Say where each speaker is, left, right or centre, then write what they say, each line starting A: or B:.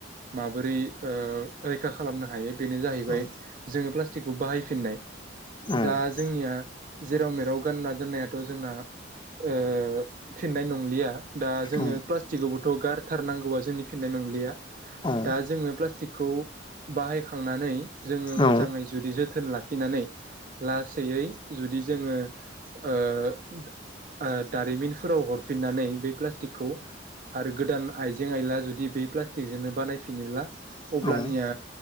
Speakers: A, on the right (about 45°); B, on the left (about 25°).
A: माबोरै ओ रैखा खालामनो हायो। बेनो जाहैबाय
B: औ
A: जोङो प्लास्टिकखौ बाहायफिननाय बे
B: औ
A: जा जोंनिया जेराव मेराव गानना दोननाय थ' जोंना ओ फिननाय नंलिया दा जोङो
B: औ
A: प्लास्टिकआवबोथ' गार थारनांगौआ जोंनि फिननाय नंलिया
B: औ
A: दा जोङो प्लास्टिकखौ बाहायखांनानै जोङो
B: औ
A: मोजाङै जुदि जोथोन लाखिनानै लासैयै जुदि जोङो ओ ओ दारिमिनफोराव हरफिननानै बे प्लास्टिकखौ आरो गोदान आइजें आइला जुदि बे प्लास्टिक जोंनो बानायफिनोब्ला
B: होयो
A: अब्लानिया